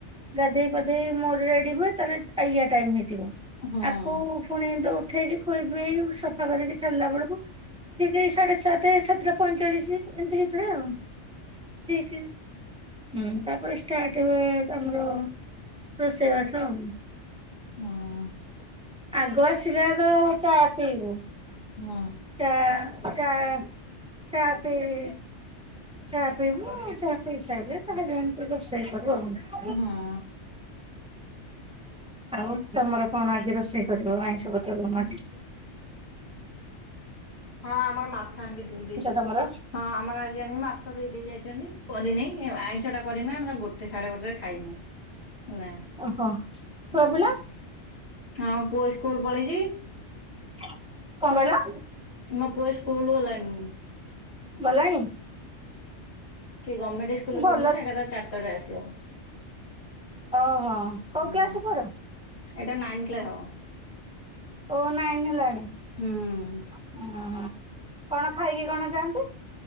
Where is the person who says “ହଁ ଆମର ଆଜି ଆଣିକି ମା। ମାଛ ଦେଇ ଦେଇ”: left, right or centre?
Left